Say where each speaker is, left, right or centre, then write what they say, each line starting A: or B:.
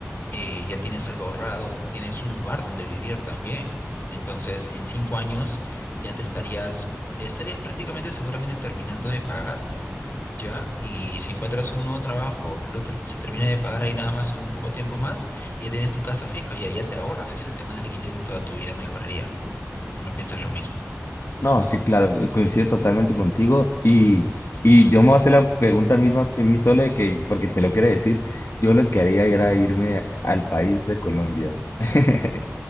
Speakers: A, on the left (about 45°); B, on the left (about 60°).
A: eh, ya tienes algo ahorrado, tienes un lugar donde vivir también. Entonces, en cinco años ya te estarías, estarías prácticamente seguramente terminando de pagar, ¿ya? Y si encuentras un nuevo trabajo, lo ter- se termina de pagar ahí nada más en un poco tiempo más y ya tienes tu casa fija, ya, ya te ahorras ese tema de alquiler y toda tu vida mejoraría. ¿O no piensas lo mismo?
B: No, sí, claro, co- coincido totalmente contigo y, y yo me voy a hacer la pregunta misma a mí solo de que, porque te lo quiero decir, yo lo que haría era irme al país de Colombia. <laughs>